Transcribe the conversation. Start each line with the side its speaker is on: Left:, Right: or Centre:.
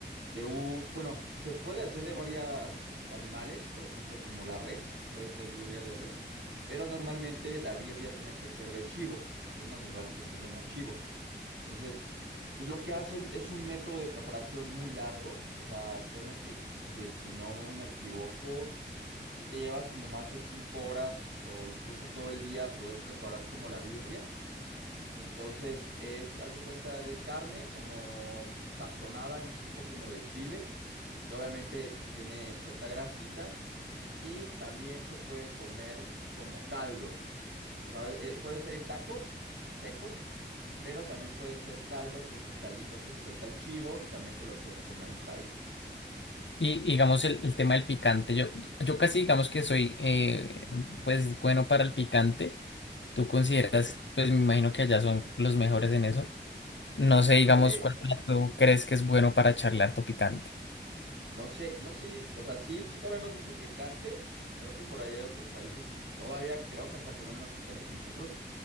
Right: De un, bueno, se puede hacer de varios animales, por ejemplo, como la res, puede ser birria de res, pero normalmente la birria tiene que ser de chivo, de un animal que se llama chivo. Entonces, pues lo que hacen es un método de preparación muy largo, o sea, créeme que, que si no me equivoco, si te lleva como más de cinco horas o incluso todo el día poder preparar como la birria. Entonces es, haz de cuenta, es carne como sazonada en un tipo como de chile. Y obviamente pues tiene cierta grasita y también se puede comer como caldo. O sea, eh, puede ser en taco, seco, pero también puede ser caldo, que es el caldito que suelta el chivo y también te lo puedes comer en caldo.
Left: Y digamos el, el tema del picante, yo, yo casi digamos que soy eh, pues bueno para el picante. ¿Tú consideras, pues me imagino que allá son los mejores en eso? No sé,
Right: Híjole,
Left: digamos, cuál plato crees que es bueno para charlar tu picante.
Right: no sé, no sé, o sea, sí, sí comemos mucho picante. Creo que por ahí hay otros países que todavía creo que hasta comen más picante que nosotros.